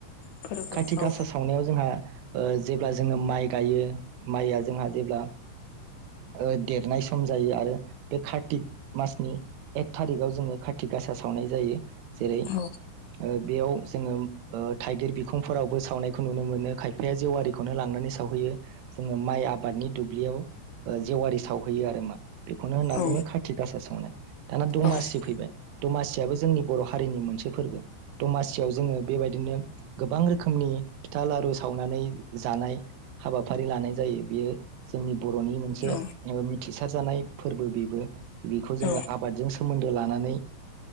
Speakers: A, on the left; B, on the right.
A: फोरबो
B: खाथि
A: औ
B: गासा सावनायाव जों हा ओ जेब्ला जोङो माइ गायो माइआ जोंहा जेब्ला ओ देरनाय सम जायो आरो बे कार्तिक मासनि एक थारिकाव जोङो खार्थि गासा सावनाय जायो। जेरै
A: औ
B: ओ बेयाव जोङो ओ थाइगिर बिखंफोरावबो सावनायखौ नुनो मोनो खायफाया जेवारिखौनो लांनानै सावहैयो। जोङो माइ आबादनि दुब्लियाव ओ जेवारि सावहैयो आरो मा बेखौनो होनना
A: औ
B: बुङो खाथि गासा सावनाय। दाना दमासि
A: नोंथां
B: फैबाय दमासियाबो जोंनि बर' हारिनि मोनसे फोरबो। दमासियाव जोङो बेबायदिनो गोबां रो खोमनि फिथा लारु सावनानै जानाय हाबा फारि लानाय जायो बेयो जोंनि बर'नि मोनसे
A: औ
B: ओ मिथिसार जानाय फोरबो बेबो। बिखौ जोङो
A: औ
B: आबादजों सोमोन्दो लानानै